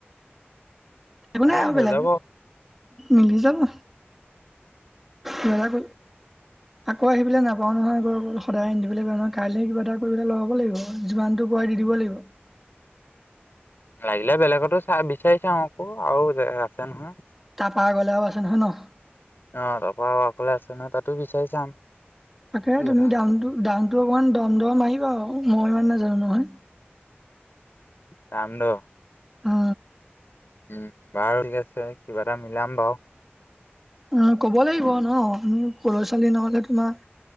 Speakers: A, on the left; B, in the centre.
A: <unintelligible>
B: একো নাই আৰু
A: হৈ
B: বেলেগ
A: যাব
B: মিলি যাব। মলোক
A: উমঁ।
B: আকৌ আহিবলৈ নাপাওঁ নহয় গৈ অকল সদায় আন্ধিবলৈ যাওঁ নহয় কাইলৈ কিবা এটা কৰিবলৈ লগাব লাগিব যিমানটো পাই দি দিব লাগিব।
A: লাগিলে বেলেগতো চাই বিচাৰি চাওঁ আকৌ আৰু আছে নহয়।
B: তাৰপা আগলেও আছে নহয় ন।
A: অঁ তাৰপৰা অকলে আছে নহয় তাতো বিচাৰি চাম।
B: তাকে
A: কি
B: তুমি
A: কথা আছে।
B: দাম দামটো অকণমান দাম-দাম মাৰিবা মই ইমান নাজানো নহয়।
A: দামটো।
B: অ।
A: উম বাৰু ঠিক আছে কিবা এটা মিলাম বাৰু।
B: অঁ ক'ব লাগিব ন সৰু ছোৱালী নহ'লে তোমাৰ-